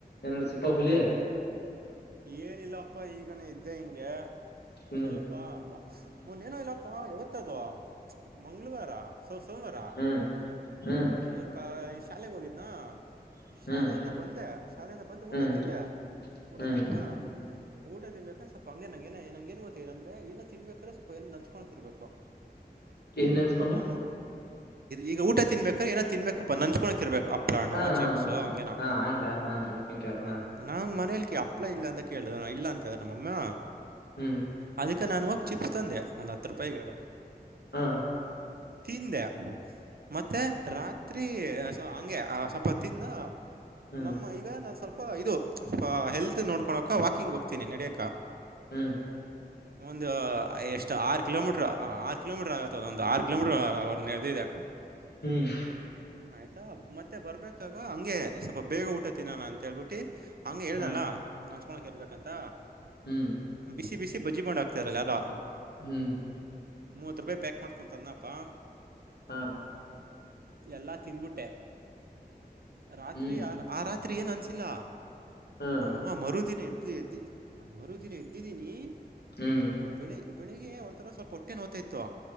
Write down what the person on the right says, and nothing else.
ಏನಿಲ್ಲಪ್ಪ ಈಗ ಇದ್ದೆ ಹಿಂಗೆ
ಸ್ವಲ್ಪ ಅಪ್ಪ ಮೊನ್ನೇನೋ ಇಲ್ಲಪ್ಪಾ ಯಾವತ್ತದ ಮಂಗಳವಾರ ಸೋ ಸೋಮವಾರ
ಈಗ ಈ ಶಾಲೆೆಗೆ ಹೋಗಿದ್ನಾ ಶಾಲೆಯಿಂದ
ಬಂದೆ ಶಾಲೆಯಿಂದ ಬಂದು ಊಟ
ತಿಂದೆ ಊಟ
ತಿಿಂದ ಊಟ ತಿನ್ಬೇಕ್ರ ಸ್ವಲ್ಪ ಹಂಗೆ ನಂಗಗೆ ಏನೆ ನಂಗಗೆ ಏನ್ ಗೊತ್ತಿದೆ ಅಂದ್ರ ಏನ ತಿನ್ಬೇಕಾದ್ರ ಸ್ವಲ್ಪ ಏನ ನಂಚ್ಕೋಕಿರ್ಬೇಕು
ನಮ್ಮ ಈಗ ಊಟ ತಿನ್ಬೇಕು ಯ ಏನ ತಿನ್ಬೇಕಪ್ಪಾ ನಂಚ್ಕೋಕಿರ್ಬೇಕು ಅಪ್ಲಾನು
ಚಿಪ್ಸು ಹಂಗೇನ
ಹಾ
ನಾ ಮನೇಲಿ ಅಪ್ಲ ಇಲ್ಲ ಅಂತ ಕೇಳಿದ ಇಲ್ಲ ಅಂತ ಹೇಳ್ರ ನಮ್ಮಮ್ಮ
ಅದಕ್ಕೆ ನಾನ ಚಿಪ್ಸ್ ತಂದೆ ಒಂದು ಹತ್ತು ರೂಪಾಯ ಹೇಳಡು
ತಿಂದ ಮತ್ತೆ ರಾತ್ರಿ ಹಂಗೆ ಸ್ವಲ್ಪ ತಿನ್ನ
ನಮ್ಮ ಈಗ ನಾನ್ ಸ್ವಲ್ಪ ಇದು ಸ್ವ ಹೆಲ್ತ್ ನೋಡ್ಕೊಕ ವಾಕಿಂಗ್ ಹೋಗ್ತೀನಿ ನಡಿ
ಒಂದು ಎಷ್ಟ ಆರು ಕಿಲೋಮೀಟರ್ ಆ ಆರು ಕಿಲೋಮೀಟರ್ ಆಗತ್ತ ಅದೊ ಒಂದು ಆರು ಕಿಲೋಮೀಟರ್ ಅವ ನೆರದ ಇದೆ
ಆಯ್ತಾ ಮತ್ತೆ ಬರ್ಬೇಕಾಗ ಹಂಗೆ ಸ್ವಲ್ಪ ಬೇಗ ಊಟ ತಿಿನಾನ ಅಂತತ್ ಹೇಳ್ಬಿಟ್ಟಿ ಹಂಗ ಹೇಳ್ದಲ್ಲ
ನನ್ಸ್ಕೊಳಕ್ ಇರ್ಬೇಕಂತ
ಬಿಸಿ ಬಿಸಿ ಬಜ್ಜ ಬಂಡ್ ಆಕ್ತಾರಲ್ಲಾರಾ
ಮೂವತ್ ರೂಪಾಯಿ ಪ್ಯಾಕ್ ಮಾಡ್ಕೊ ತನ್ನಪ್ಪಾ
ಎಲ್ಲಾ ತಿನ್ಬಿಟ್ಟೆ ರಾತ್ರಿ
ಆ ಆ ರಾತ್ರಿ ಏನ್ ಅನ್ಸಿಲ್ಲ
ಅಮ್ಮ ಮರುದಿನ ಎದ್ದ ಎದ್ದಿ ಮರುದಿನ ಎದ್ದಿದ್ದೀನಿ
ಬೆಳೆ ಬೆಳಿಗ್ಗೆ ಒಂಥರ ಸ್ವಲ್ಪ ಹೊಟ್ಟೆ ನೋ್ತಾ ಇತ್ತು